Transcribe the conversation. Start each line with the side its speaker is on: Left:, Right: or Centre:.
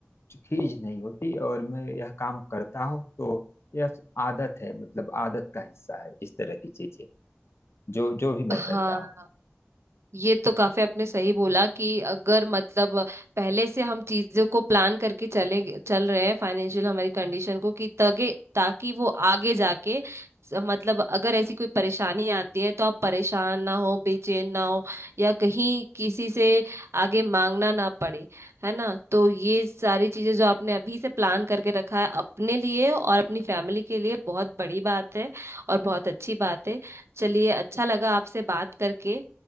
Left: खीज नहीं होती और मैं यह काम करता हूँ तो यह आदत है मतलब आदत का हिस्सा है इस तरह की चीजें जो जो भी मैं
Right: हाँ
Left: करता हूँ
Right: ये तो काफी आपने सही बोला कि अगर मतलब पहले से हम चीजों को प्लान करके चले चल रहे हैं फाइनेंशियल हमारी कंडीशन को कि तगे ताकि वो आगे जाके स- मतलब अगर ऐसी कोई परेशानी आती है तो आप परेशान ना हो बेचैन ना हो या कहीं किसी से आगे मांगना ना पड़े है ना तो ये सारी चीजें जो आपने अभी से प्लान करके रखा है अपने लिए और अपनी फैमिली के लिए बहुत बड़ी बात है और बहुत अच्छी बात है चलिए अच्छा लगा आपसे बात करके